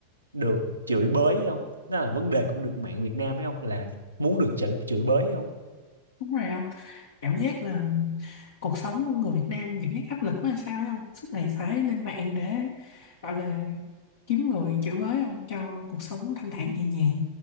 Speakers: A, on the right (about 85°); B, on the left (about 60°).
A: được chửi bới hay không đó là vấn đề cũng được mạng Việt Nam ấy không là muốn được chửi chửi bới hay không
B: Đúng rồi cảm giác là cuộc sống của người Việt Nam cảm giác áp lực quá hay sao ấy không suốt ngày phải lên mạng để gọi là kiếm người chửi bới không cho cuộc sống thanh thản nhẹ nhàng